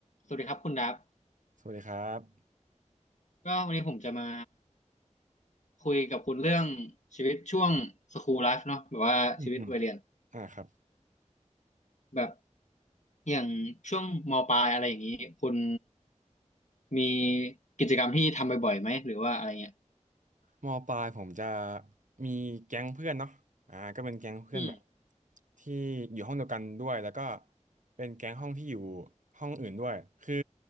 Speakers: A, on the left; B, on the right.
A: สวัสดีครับคุณดับ
B: สวัสดีครับ
A: ก็วันนี้ผมจะมาคุยกับคุณเรื่องชีวิตช่วงสคูลไลฟ์เนาะแบบว่าชีวิตวัยเรียน
B: อืมอืมอ่าครับ
A: แบบอย่างช่วงมปลายอะไรอย่างนี้คุณมีกิจกรรมที่ทำบ่อยๆไหมหรือว่าอะไรเงี้ย
B: มปลายผมจะมีแก๊งเพื่อนเนาะอ่าก็เป็นแก๊งเพื่อนแบบ
A: อืม
B: ที่อยู่ห้องเดียวกันด้วยแล้วก็เป็นแก๊งห้องที่อยู่ห้องอื่นด้วยคือ